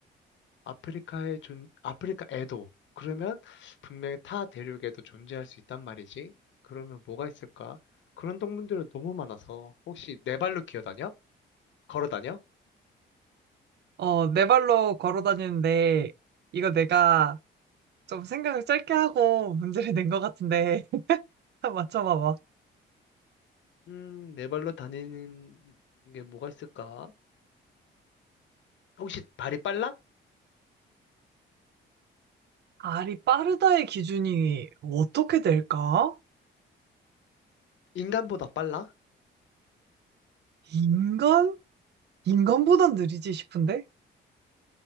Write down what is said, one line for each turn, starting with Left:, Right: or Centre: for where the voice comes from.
Left: 아프리카에 존, 아프리카에도. 그러면 분명히 타 대륙에도 존재할 수 있단 말이지. 그러면 뭐가 있을까? 그런 동물들은 너무 많아서, 혹시 네 발로 기어다녀? 걸어다녀?
Right: 어, 네 발로 걸어 다니는데, 이거 내가 좀 생각을 짧게 하고 문제를 낸 것 같은데, <laughs> 맞춰봐봐.
Left: 음, 네 발로 다니는 게 뭐가 있을까? 혹시 발이 빨라?
Right: 알이 빠르다의 기준이 어떻게 될까?
Left: 인간보다 빨라?
Right: 인간? 인간보단 느리지 싶은데?